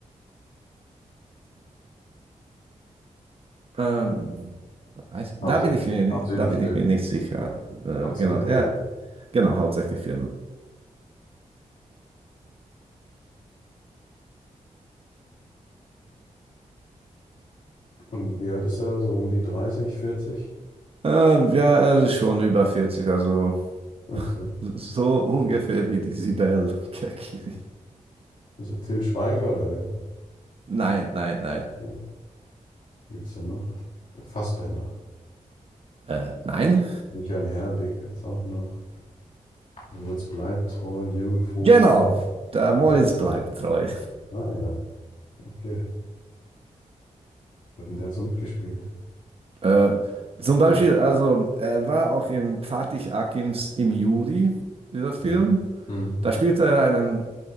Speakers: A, on the right (about 45°); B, on the left (about 70°).
A: ähm, Weiß- Da
B: Hauptsächlich,
A: bin ich mir, ni-
B: hauptsächlich
A: da bin
B: Film.
A: ich mir nicht sicher. Äh,
B: Hauptsächlich
A: genau, er,
B: Film.
A: genau, hauptsächlich Firmen.
B: Und wie alt ist er? So um die 30, 40?
A: Äh, ja, er ist schon über vierzig also
B: Ach
A: <laughs>
B: so.
A: so ungefähr wie die Sibel <laughs> Kekili.
B: Ist er Till Schweiger oder wer?
A: Nein, nein, nein.
B: Nee. Gibt denn noch? Der Fassbender.
A: Äh, nein?
B: Michael Herbig hat's auch noch. Moritz bleibt treu, Jürgen Vogel.
A: Genau, der Moritz
B: bleibt
A: bleibt
B: treu
A: treu.
B: Ah ja, okay. Hat denn der so mitgespielt?
A: Äh, zum Beispiel, also er war auch im Fatih Akims im Juli, dieser Film.
B: Mhm. Hm.
A: Da spielte er einen,